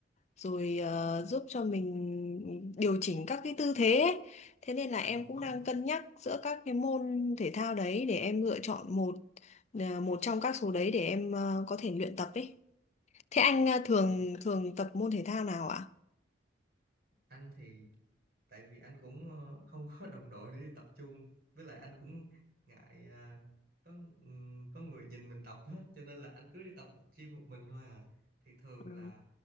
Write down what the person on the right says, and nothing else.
ờ
đúng
rồi đó
tại
anh thì tại vì anh cũng ờ, không có đồng đội để đi tập chung với lại anh cũng ngại ờ, có ừm, có người nhìn mình tập hết cho nên là anh cứ đi tập gym một mình thôi à thì thường
là